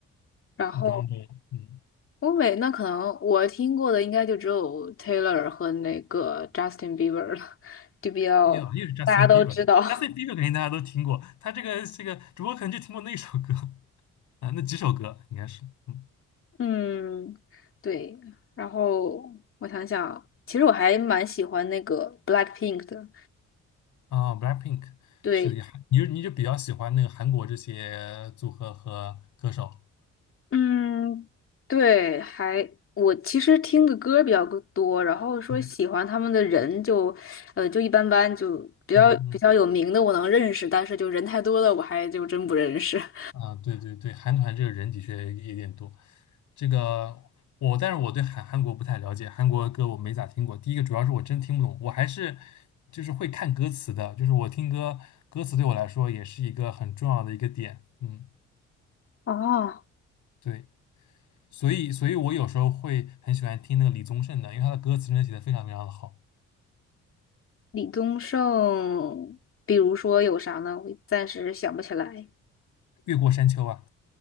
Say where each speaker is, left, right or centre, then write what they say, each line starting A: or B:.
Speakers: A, on the left; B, on the left.
A: 然后
B: 那种那种，嗯，
A: 欧美那可能我听过的应该就只有 Taylor 和那个 Justin Bieber 了，就比较大家都知道。
B: 又又是 Justin Bieber，Justin Bieber 肯定大家都听过，他这个这个主播可能就听过那首歌 <laughs> 啊，那几首歌应该是，嗯
A: <laughs> 嗯，对。然后我想想，其实我还蛮喜欢那个 Blackpink 的。
B: 啊，Blackpink
A: 对，
B: 是也还你就你就比较喜欢那个韩国这些组合和歌手，
A: 嗯，对，还我其实听的歌比较个多，然后说喜欢他们的人就，
B: 嗯
A: 呃，就一般般，就比较比较有名的我能认识，
B: 嗯嗯。
A: 但是就人太多了，我还就真不认识。<laughs>
B: 啊，对对对，韩团这个人的确有点多。这个我，但是我对韩韩国不太了解，韩国歌我没咋听过。第一个主要是我真听不懂，我还是就是会看歌词的，就是我听歌歌词对我来说也是一个很重要的一个点。嗯，
A: 哦，
B: 对，所以所以我有时候会很喜欢听那个李宗盛的，因为他的歌词真的写的非常非常的好，
A: 李宗盛，比如说有啥呢？我暂时想不起来。
B: 《越过山丘》啊，